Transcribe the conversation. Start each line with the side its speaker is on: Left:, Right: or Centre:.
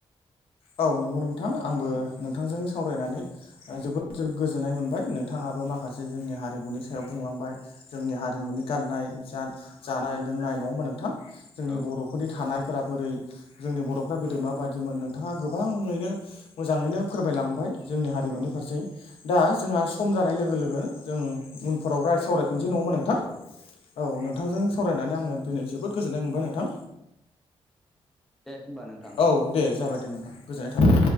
Left: औ नंगौ नोंथां आंबो
Centre: औ
Left: नोंथांजों सो सावरायनानै जोबोद जोबोद गोजोननाय मोनबाय नोंथाङाबो माखासे जोंनि हारिमुनि सायाव बुंलांबाय। जोंनि हारिमुनि गाननाय जा जानाय-लोंनाय नङाओबा नोंथां जोंनि
Centre: औ
Left: बर'फोरनि थानायफोरा बोरै जोंनि बर'फ्रा गोदो माबायदिमोन नों थाङा गोबाङैनो मोजाङैनो फोरमायलांबाय जोंनि हारिमुनि
Centre: औ
Left: फारसे दा जोंहा सम जानाय लोगो लोगो जों उनफोराव रा सावराय फिननोसै नङामा नोंथां
Centre: औ औ
Left: औ नोंथांजों सावरायनानै आङो दिनै जोबोद गोजोननाय मोनबाय नोंथां।
Centre: दे होनबा नोंथां द ।
Left: औ दे जाबाय दे नोंथां गोजोननाय थाबाय